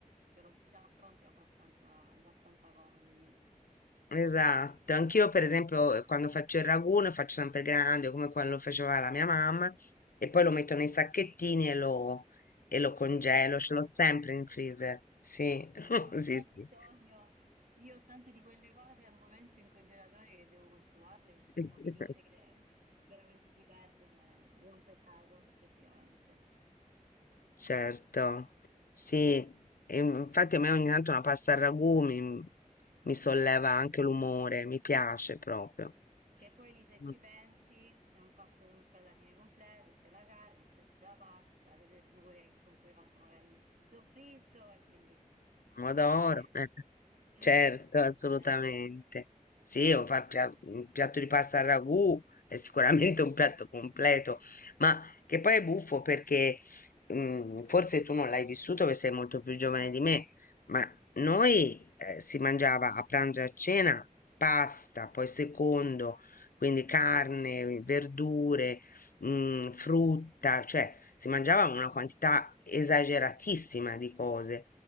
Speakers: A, on the right; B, on the left.
A: ce l'ho già pronto e abbastanza, abbastanza comodo, sì.
B: esatto, anch'io per esempio eh, quando faccio il ragù ne faccio sempre grande come quello faceva la mia mamma e poi lo metto nei sacchettini e lo, e lo congelo,
A: Sì, sì, sì.
B: ce l'ho sempre in freezer. Sì, <laughs>
A: No,
B: sì,
A: al
B: sì.
A: bisogno io ho tante di quelle cose al momento in congelatore che devo consumarle perché
B: <laughs>
A: sennò finisce che veramente si perdono eh, ed è un peccato effettivamente.
B: Certo, sì, e infatti a me ogni tanto una pasta al ragù mi, mi solleva anche l'umore, mi piace proprio.
A: Che poi lì se
B: Mm,
A: ci pensi è un pasto comunque alla fine completo, c'è la carne, c'è la pasta, le verdure con cui hai fatto magari il soffritto e quindi
B: Pomodoro,
A: perfetto,
B: eh.
A: <laughs>
B: Certo,
A: perfetto,
B: assolutamente.
A: sì.
B: Sì, o fa- pia- un piatto di pasta al ragù è sicuramente un piatto completo, ma che poi è buffo perché mm, forse tu non l'hai vissuto perché sei molto più giovane di me, ma noi eh, si mangiava a pranzo e a cena pasta, poi secondo, quindi carne, verdure, mm, frutta, cioè si mangiava una quantità esageratissima di cose.